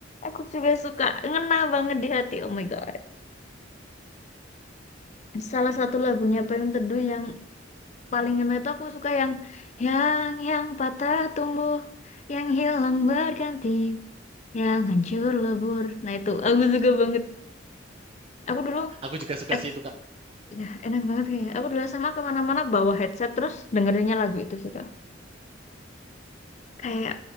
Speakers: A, on the left; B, on the right.
A: aku juga suka. ngena banget di hati oh my god salah satu lagunya Payung Teduh yang paling ngena itu aku suka yang yang yang patah tumbuh yang hilang berganti yang hancur lebur nah itu aku suka banget aku dulu
B: Aku juga suka
A: S-
B: sih itu Kak.
A: ya, enak banget kayak aku dulu SMA kemana-mana bawa headset terus dengerinnya lagu itu sih Kak. kayak